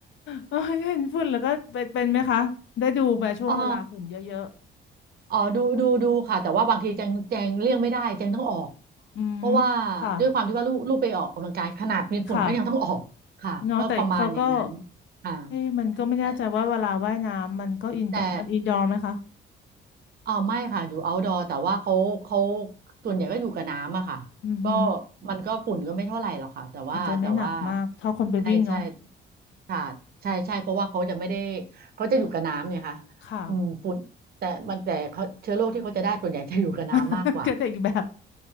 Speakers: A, on the left; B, on the right.
A: เอ้ยเห็นฝุ่นแล้วก็เป็นเป็นไหมคะได้ดูไหมช่วงเวลาฝุ่นเยอะ
B: อ๋อ อ๋อดูดูดูค่ะแต่ว่าบางทีแจงแจงเลี่ยงไม่ได้แจงต้องออก
A: ๆอืมค่ะ
B: เพราะว่าด้วยความที่ว่าลูกลูกไปออกกำลังกายขนาดมีฝุ่นก็ยังต้องออกค่ะก็ประมาณอย่างนั้น
A: ค่ะ เนาะแต่เขาก็
B: ค่ะ
A: เอ้ยมันก็ไม่แน่ใจว่าเวลาว่ายน้ำมันก็อินมันอินดอร์ไหมคะ
B: แต่แต่เออไม่ค่ะอยู่ outdoor แต่ว่าเขาเขาส่วนใหญ่ก็อยู่กับน้ำอะค่ะก็
A: อือหือ
B: มันก็ฝุ่นก็ไม่เท่าไหร่หรอกค่ะแต่ว่าแต่ว่า
A: อาจจะไม่หนักมากเท่าคนไปวิ่งเนาะ
B: ใช่ใช่ค่ะใช่ใช่เพราะว่าเขาจะไม่ได้เขาจะอยู่กับน้ำเนี่ยค่ะ
A: ค่ะ
B: อืมฝุ่นแต่มันแต่เขาเชื้อโรคที่เขาจะได้ส่วนใหญ่จะอยู่กับน้ำมากกว่า
A: <laughs> ก็แต่อีกแบบ